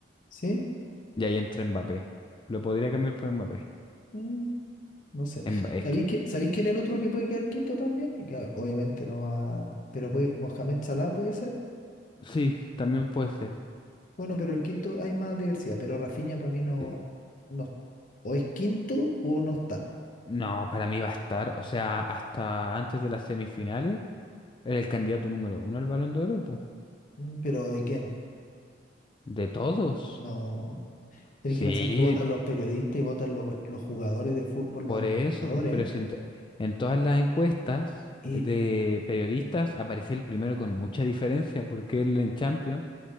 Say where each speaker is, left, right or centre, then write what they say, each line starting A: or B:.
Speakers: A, on the left; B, on the left.
A: ¿Sí?
B: y ahí entra Mbappé. Lo podría cambiar por Mbappé.
A: Mm, no sé.
B: Mba- es
A: ¿Sabéis
B: que,
A: que, sabéis quién es el otro que puede quedar quinto también? Y que obviamente no va. Pero puede, Mohamed Salah puede ser.
B: sí, también puede ser.
A: Bueno, pero el quinto hay más diversidad, pero Rafinha para mí no,
B: Sí.
A: no. O es quinto o no está.
B: No, para mí va a estar, o sea, hasta antes de las semifinales, era el candidato número uno al Balón de Oro, po.
A: Mm, Pero ¿de quién?
B: De todos.
A: No. Tenés
B: Sí,
A: que pensar que votan los periodistas y votan los, los jugadores de fútbol,
B: Por
A: los entrenadores.
B: eso, pero si en, to- en todas las encuestas
A: Y
B: de periodistas aparecía el primero con mucha diferencia, porque él en Champions